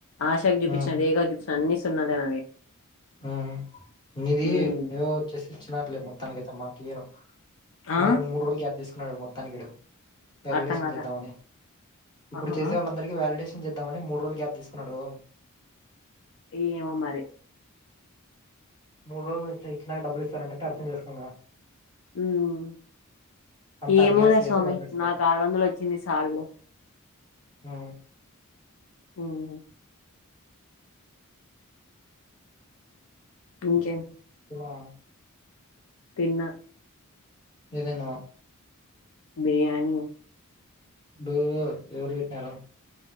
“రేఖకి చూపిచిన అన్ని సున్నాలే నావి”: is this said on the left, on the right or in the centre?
Left